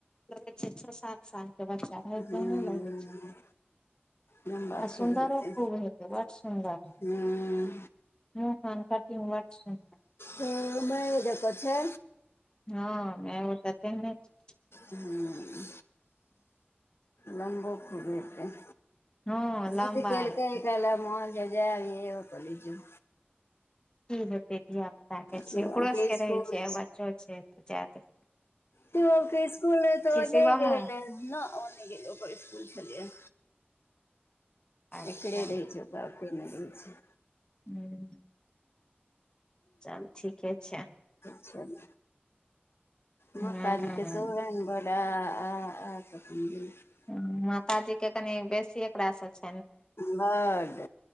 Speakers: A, on the left; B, on the left.
A: लगै छै छ सात साल के बच्चा रहै
B: हूँ
A: तेहने लगय छै।
B: लम्बा
A: आ सुन्दरो
B: खूब हेतै
A: खूब हेतय बड्ड सुन्दर।
B: हूँ
A: मुँह कान कटिंग बड्ड सुन्दर।
B: हम्म मैए जेकाँ छै।
A: हँ मैओ त तेहने छै।
B: हम्म लम्बो खूब हेतय।
A: हँ
B: जीद
A: लम्बा
B: केलकय
A: हेतै
B: कहलक मोहन जे जै दही त कहलियै जो।
A: की हेतै धिया पुताके छै
B: शिवम
A: ओकरो
B: के
A: सबके
B: स्कूल
A: रहै छै आ बच्चो छै जै दही
B: त ओइके स्कूल मे तऽ ओ
A: शिवमो
B: नै गेल हेतथि ना नै गेलै ओकर स्कुल छलैए
A: अच्छा
B: एकरे रहै छै। <unintelligible> नै रहै छै
A: <inaudible> चलू ठीके छै।
B: चल माताजी
A: हूँ
B: के सेहो रहैन ब आ आ आ <unintelligible>
A: हूॅं माताजी के कनि बेसी एकरा सँ छ
B: बड्ड